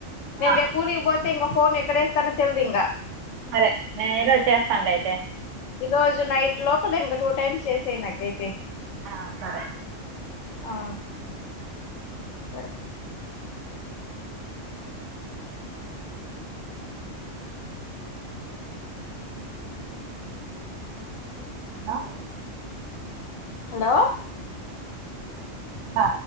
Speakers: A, on the right; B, on the left.
A: ఆ,
B: నేను
A: ఆ,
B: రేపు ఊరికిపోతే ఇంగ ఫోన్ ఎక్కడేస్తానో తెలిదింగా
A: సరే నేను ఈరోజు చేస్తానులే అయితే
B: ఈ రోజు నైట్ లోపల ఇంకా టూ టైమ్స్ చేసెన నాకైతే
A: ఆ, సరే
B: ఆ సరే
A: ఆ
B: హలో!
A: దా